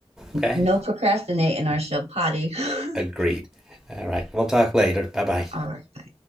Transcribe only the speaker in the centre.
Okay,
agreed. All right, we'll talk later. Bye bye.